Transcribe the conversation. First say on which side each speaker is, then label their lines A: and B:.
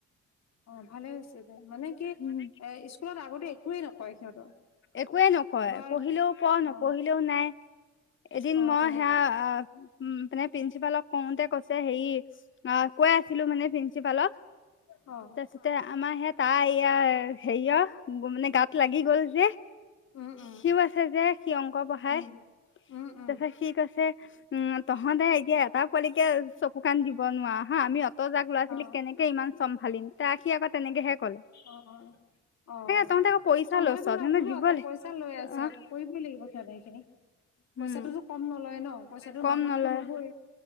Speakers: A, on the left; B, on the left.
A: অ' ভালে হৈছে দে, মানে কি
B: উম
A: এ স্কুলত আগতে একোৱে নকয় সিহঁতক।
B: একোৱে নকয়
A: বা
B: পঢ়িলেও পঢ় নপঢ়িলেও
A: অ
B: নাই। এদিন
A: অ
B: মই
A: তেনেকুৱা
B: সেয়া উ মানে প্ৰিঞ্চিপালক কওঁতে কৈছে হেৰি অ' কৈ আছিলো মানে প্ৰিঞ্চিপালক
A: অ'।
B: তাতে আমাৰ সেই তাৰ ইয়াৰ হেৰিয়াৰ মানে গাত লাগি গ'ল যে
A: উম উম
B: সিও আছে যে সি অংক পঢ়ায়,
A: উম উম উম
B: তাৰ পাছত সি কৈছে উম, তহঁতে এতিয়া এটা পোৱালিকে চকু কাণ দিব নোৱাৰ হা'। আমি অত অত যাক ল'ৰা ছোৱালী
A: অ
B: কেনেকে ইমান চম্ভালিম ত আহ সি আকৌ তেনেকে ক'লে
A: অ', অ'।
B: তহঁতে আকৌ পইচা
A: চম্ভালিব
B: লৈছ
A: লাগিব
B: তেন্তে দিব
A: আকৌ পইচা লৈ আছে
B: অ'
A: আকৌ কৰিবই লাগিব সিহঁত সেইখিনি। পইচাটোতো
B: উম।
A: কম নলয় ন? পইচাটো
B: কম
A: মাহতো
B: নলয়
A: ল'বই